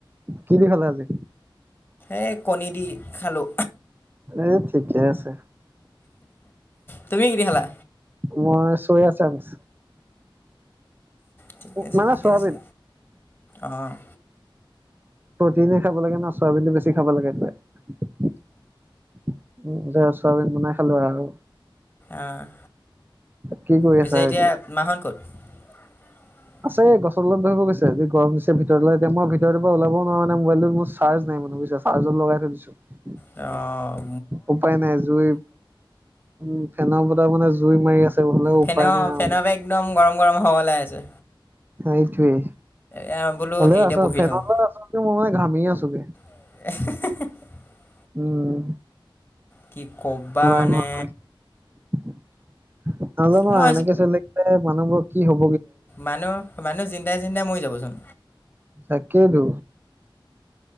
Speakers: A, on the right; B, on the left.
A: কি দি খালা আজি?
B: এ কণী দি খালো।
A: এ ঠিকে আছে।
B: তুমি কি দি খালা?
A: মই চয়া চাংছ।
B: ঠিকে আছে
A: মানে
B: ঠিকে
A: চয়াবিন।
B: আছে অ'।
A: প্ৰটিনো খাব লাগে ন চয়াবিনটো বেছি খাব লাগে প্ৰায়। উম, <unintelligible> চয়াবিন বনাই খালো আৰু।
B: অ',
A: কি কৰি
B: পিছে
A: আছা আৰু
B: এতিয়া মাঁহত ক'ত? <inaudible>
A: আছে গছৰতলত বহিব গৈছে যি গৰম দিছে ভিতৰলৈ এতিয়া মই ভিতৰৰ পৰা ওলাব নোৱাৰোনে মুবাইলটোত মোৰ চাৰ্জ নাই মানে। বুজিছা চাৰ্জত লগাই থৈ দিছো।
B: অ'।
A: উপায় নাই জুই উম ফেনৰ বতাহ মানে জুই মাৰি আছে। তেনে হলে
B: ফেনৰ
A: উপায় নাই আৰু
B: ফেনৰ
A: মোৰ।
B: পৰা একদম গৰম গৰম হাৱা ওলাই আছে।
A: এইটোৱে
B: এয়া বোলো
A: হলেও
B: হেৰিতে
A: আছ
B: বহি
A: ফেনৰ
B: থাকোঁ।
A: তলত আছ <unintelligible> মানে ঘামি আছোগে।
B: <unintelligible>
A: উম।
B: কি ক'বা
A: <unintelligible>
B: মানে
A: নাজানোৱা
B: মই
A: এনেকে চলি থাকিলে মানুহবোৰ কি হ'ব।
B: মানুহ-মানুহ চিন্তাই চিন্তাই মৰি যাবচোন।
A: তাকেইেতো।